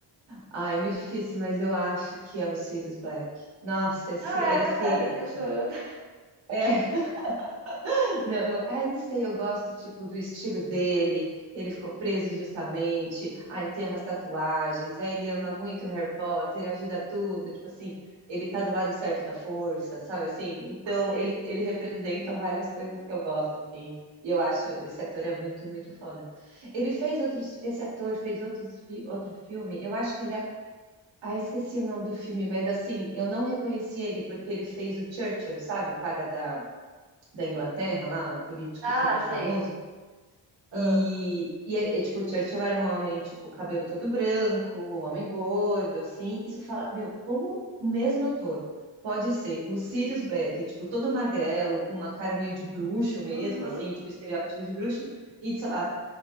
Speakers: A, on the right; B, on the right.
A: Ah, é muito difícil, mas eu acho que é o Sirius Black. Nossa, esse,
B: Ah,
A: esse,
B: é verdade, você
A: é,
B: tá chorando.
A: <laughs> não, eu, é, não sei, eu gosto, tipo, do estilo dele, ele ficou preso injustamente, ah, ele tem umas tatuagens, aí ele ama muito Harry Potter, ajuda tudo, tipo assim, ele tá do lado certo da força, sabe assim? Então,
B: Sei.
A: ele, ele representa várias coisas que eu gosto, assim. E eu acho, esse ator é muito, muito foda. Ele fez outros, esse ator fez outros, fi- outro filme, eu acho que ele é ah, esqueci o nome do filme, mas assim, eu não reconheci ele porque ele fez o Churchill, sabe? O cara da, da Inglaterra lá, um político
B: Ah,
A: super famoso.
B: sei. Ah,
A: E, e, é- é, tipo, o Churchill era um homem, tipo, cabelo todo branco, um homem gordo, assim. E você fala, meu, como o mesmo ator pode ser o Sirius Black, tipo, todo magrelo, com uma cara meio de bruxo mesmo,
B: uhum.
A: assim, tipo, estereótipo de bruxo, e, sei lá,